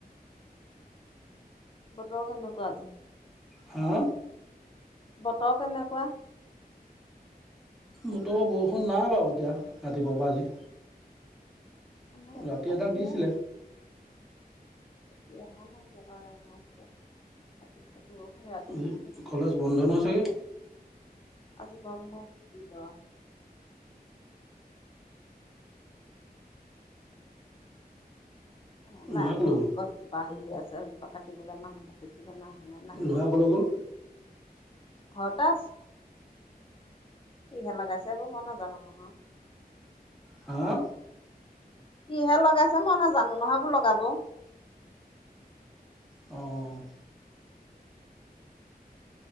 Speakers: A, on the left; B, in the centre.
A: বতৰ কেনেকোৱা আজি?
B: হা?
A: বতৰ কেনেকোৱা?
B: বতৰ বৰষুণ নাই বাৰু এতিয়া ৰাতিপুৱা পৰা আজি।
A: আমাৰ ৰাতিপুৱা
B: ৰাতি এজাক
A: দিলে।
B: দিছিলে
A: এতিয়াহে নাই বতৰ দাঙিছে ৰাতি বৰষুণ ৰাতি
B: আজি
A: দিছে।
B: কলেজ বন্ধ নহয় চাগে?
A: আজি বন্ধ <unintelligible> অনলাইন
B: ল'ৰা ক'লৈ
A: ত
B: গ'ল
A: গছ জোপা আহি আছে। কাটিবলৈ মানুহ মাতিছিল। জানো আহে নে নাহে
B: ল'ৰা
A: নে।
B: ক'লৈ গ'ল
A: ঘৰতে আছে। সিহে লগাইছে এইবোৰ মই নাজানো নহয়।
B: হা!
A: সিহে লগাইছে মই নাজানো নহয় এইবোৰ লগাব।
B: অ'